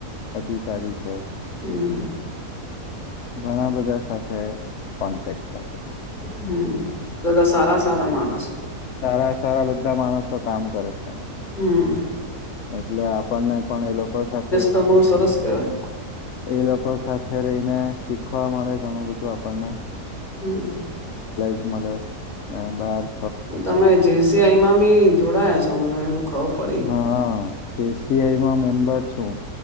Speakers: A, on the left; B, on the left.
A: અધિકારી છે.
B: હમ્મ
A: ઘણા બધા સાથે, કોન્ટેક્ટ
B: હમ, એદ સારા સારા માણસ
A: સારા સારા બધા માણસો કામ કરે છે. આમાં
B: હમ્મ
A: એટલે આપણને, પણ એ લોકો સાથે
B: તો બહુ સરસ કેવાય
A: એ લોકો સાથે. સાથે રહીને, શીખવા મળે ઘણુ બધું આપણને
B: હમ્મ
A: મળ એ બાર
B: તમે જેસીઆઈમા બી જોડાયા છો, મને એવું ખબર પડી
A: હા, એસીઆઈમા મેમ્બર છુ.